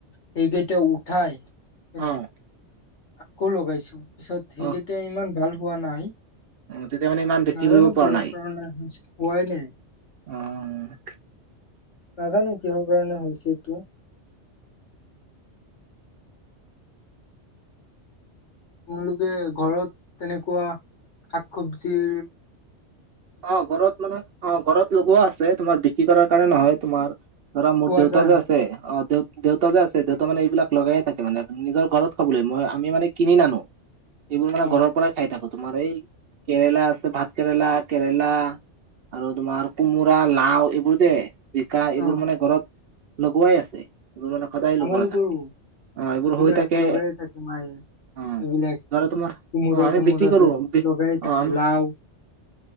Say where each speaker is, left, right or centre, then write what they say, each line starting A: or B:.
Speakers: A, on the left; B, on the right.
A: সেইকেইটা উঠাই কেনে
B: অ
A: আকৌ লগাইছো। পিছত সেইকেইটা
B: অহ
A: ইমান ভাল হোৱা নাই।
B: অ তেতিয়া মানে ইমান বিক্ৰী
A: নাজানো
B: কৰিব পৰা
A: কিহৰ
B: নাই।
A: কাৰণে হৈছে পোৱাই নাই।
B: অ'।
A: নাজানো কিহৰ কাৰণে হৈছে এইটো। তোমলোকে ঘৰত তেনেকুৱা শাক চব্জিৰ
B: অ', ঘৰত মানে অ' ঘৰত লগোৱা আছে তোমাৰ বিক্ৰী কৰাৰ কাৰণে নহয়। তোমাৰ ধৰা মোৰ
A: খোৱাৰ
B: দেউতা
A: কাৰণে
B: যে আছে অ' দে-দেউতা যে আছে দেউ ত' মানে এইবিলাক লগাই থাকে মানে নিজৰ ঘৰত খাবলৈ মই আমি মানে কিনি নানো। এইবোৰ মানে
A: অ
B: ঘৰৰ পৰাই খাই থাকো তোমাৰ এই কেৰেলা আছে ভাত কেৰেলা। কেৰেলা আৰু তোমাৰ কোমোৰা লাও এইবোৰ যে। জিকা এইবোৰ
A: অ
B: মানে ঘৰত লগোৱাই আছে এইবোৰ মানে সদায়
A: আমালোকৰো
B: লগোৱা থাকে। অ এইবোৰ
A: এইবিলাক
B: হৈ থাকে
A: লগাইয়ে থাকে মায়ে।
B: অ
A: এইবিলাক
B: ধৰা তোমাৰ
A: কোমোৰা
B: অ আমি
A: তোমোৰা
B: বিক্ৰী কৰো
A: যে
B: অ
A: লগাই থাকে
B: আমি
A: লাও।